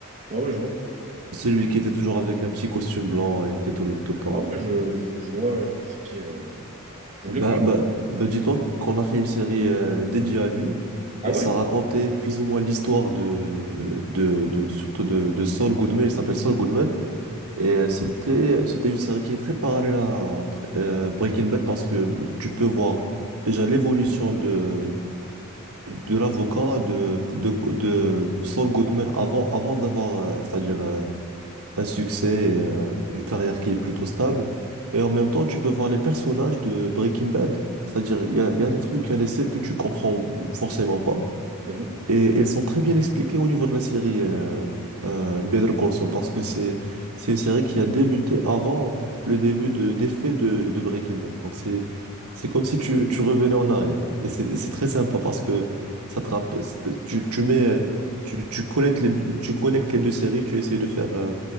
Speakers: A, on the right; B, on the right.
A: Ouais, ouais, je vois.
B: Celui qui était toujours avec un petit costume blanc, il était tout, le- tout le temps.
A: Ah ouais, je, je, je vois, je vois c'est qui. euh, J'oublie.
B: Bah, bah, bah dis-toi qu'on a fait une série euh, dédiée à lui
A: Ah
B: et
A: ouais?
B: ça racontait plus ou moins l'histoire de, de, de- surtout de, de Saul Goodman, il s'appelle Saul Goodman et
A: Mhm.
B: euh, c'était c'était une série qui est très parallèle à euh, Breaking Bad parce que tu peux voir déjà l'évolution de de l'avocat de, de de Saul Goodman avant avant d'avoir euh, c'est-à-dire euh, un succès, et, euh, une carrière qui est plutôt stable. Et en même temps, tu peux voir les personnages de Breaking Bad. C'est-à-dire, il y a, il y a des trucs, il y a des scènes que tu comprends forcément pas.
A: Mhm.
B: Et elles sont très bien expliquées au niveau de la série euh, euh, Better Call Saul, parce que c'est, c'est une série qui a débuté avant le début de, des faits de, de Breaking Bad. Donc, c'est, c'est comme si tu, tu revenais en arrière. Et c'est et c'est très sympa parce que ça te rappelle, tu, tu mets, tu, tu connectes les, tu connectes les deux séries, tu essayes de faire. euh,